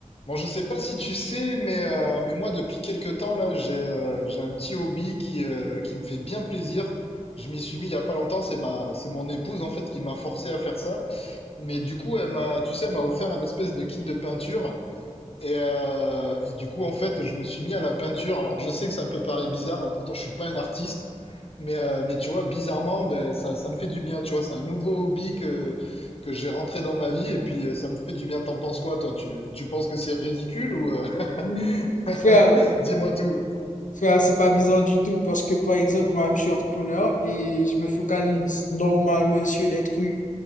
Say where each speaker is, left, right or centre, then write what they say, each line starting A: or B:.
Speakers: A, on the left; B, on the left.
A: Bon, je sais pas si tu sais, mais, euh, mais moi, depuis quelques temps, là, j'ai euh, j'ai un petit hobby qui, euh, qui me fait bien plaisir. Je m'y suis mis il y a pas longtemps, c'est ma, c'est mon épouse, en fait, qui m'a forcé à faire ça. Mais du coup, elle m'a, tu sais, elle m'a offert un espèce de kit de peinture. Et, euh, et du coup, en fait, je me suis mis à la peinture. Alors, je sais que ça peut paraître bizarre, hein, pourtant, je suis pas un artiste. Mais, euh, mais tu vois, bizarrement, ben, ça, ça me fait du bien. Tu vois, c'est un nouveau hobby que, que j'ai rentré dans ma vie. Et puis, euh, ça me fait du bien. T'en penses quoi, toi? Tu, tu penses que c'est ridicule ou euh,
B: Mmh.
A: <laughs>
B: Frère,
A: Dis-moi tout.
B: frère, c'est pas bizarre du tout parce que par exemple, moi, je suis entrepreneur et je me focalise normalement sur des trucs.